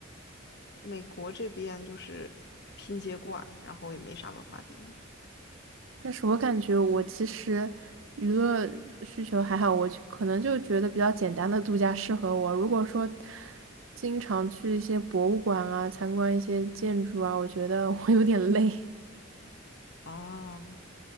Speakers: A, on the left (about 55°); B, on the right (about 80°).
A: 美国这边就是拼接怪，然后也没啥文化底蕴。
B: 但是我感觉我其实娱乐需求还好，我就可能就觉得比较简单的度假适合我。如果说经常去一些博物馆啊，参观一些建筑啊，我觉得 <laughs> 我有点累，
A: 啊，